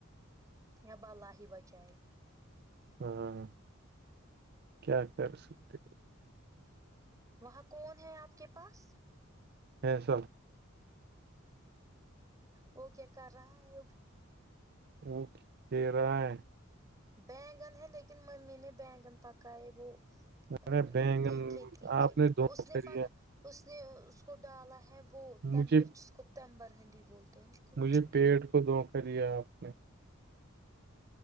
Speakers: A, on the right; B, on the right.
A: اب اللہ ہی بچائیے
B: ہاں کیا کر سکتے ہو
A: وہاں کون ہے آپ کے پاس
B: فیصل
A: وہ کیا کر رہا ہے
B: وہ کہ رہا ہے
A: بینگن ہے لیکن ممی نے بینگن پکائے وہ <unintelligible>
B: ارے بینگن
A: تیکھے تیکھے
B: آپ نے دوکھا
A: اس پکا
B: ریا
A: اس نے اس کو ڈالا ہے وہ تمبر
B: مجھے
A: جس کو تمبر ہندی بولتے ہیں نا کچھ
B: مجھے پیٹ کو دھوکا دیا آپ نے